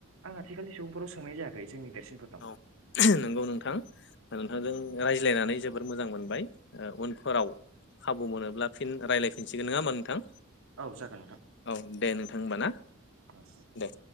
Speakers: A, on the right; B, on the left.
A: आं आथिखालनि सुबुंफोराव सोंनाय जायाखै जोंनि देरसिनफोरनाव
B: औ नंगौ नोंथां नोंथांजों रायज्लायनानै जोबोर मोजां मोनबाय उनफोराव खाबु मोनोब्ला फिन रायज्लायफिनसिगोन नङा होमबा नोंथां
A: औ जागोन
B: औ दे नोंथां होमबा ना
A: नोंथां
B: दे